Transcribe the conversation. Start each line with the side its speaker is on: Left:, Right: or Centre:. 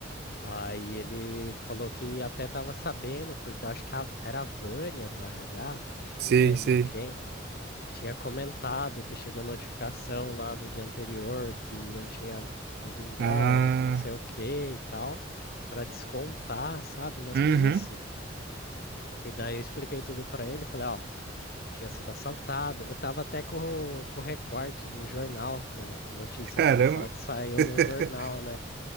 Left: Aí ele falou que até tava sabendo, porque eu acho que a- era a Vânia do RH,
Right: Sei,
Left: não lembro
Right: sei.
Left: quem. tinha comentado que chegou notificação lá do dia anterior que eu tinha ido embora,
Right: Ah.
Left: que não sei o que e tal, para descontar, sabe? Umas
Right: Uhum.
Left: coisas assim. E daí eu expliquei tudo para ele, falei, ó, tinha sido assaltado. Eu tava até com o, com o recorte do jornal, que a notícia
Right: Caramba.
Left: do assalto saiu
Right: <laughs>
Left: no jornal, né?